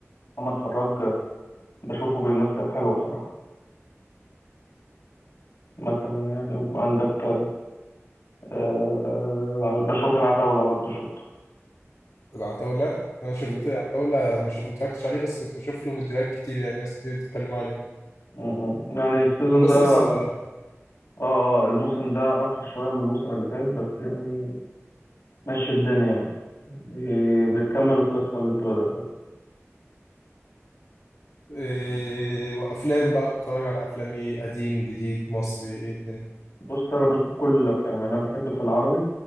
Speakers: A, on the left; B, on the left.
A: محمد فراج بشوفه بيمثل حلو بصراحة مثلا يعني وعندك آه بشوف العتاولة برضه شفته
B: العتاوله انا شفت
A: م-
B: عتاوله ما شوف اتفرجتش عليه بس كنت بشوف له فيديوهات كتير يعني ناس كتير بتتكلم عليه
A: م- يعني السيزون
B: كان باسم
A: ده
B: سمرة يعني
A: اه اه الموسم ده أوحش شوية من الموسم اللي فات بس يعني ماشي الدنيا يعني يعني بتكمل القصة اللي انت بدأتها
B: إيه وافلام بقى بتتفرج على افلام ايه قديم جديد مصري ايه الدنيا
A: بص أنا بشوف كل الأفلام يعني أنا بحب في العربي